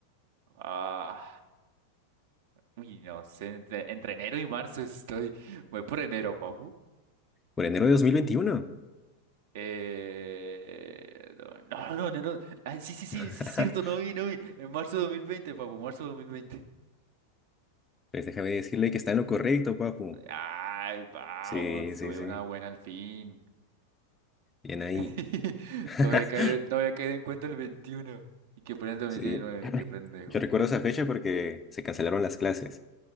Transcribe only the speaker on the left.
Por enero de 2021.
<laughs>
Pues déjame decirle que está en lo correcto, papu.
Sí, sí,
sí.
Bien ahí.
<laughs>
Sí.
<clears throat>
Yo recuerdo esa fecha porque se cancelaron las clases,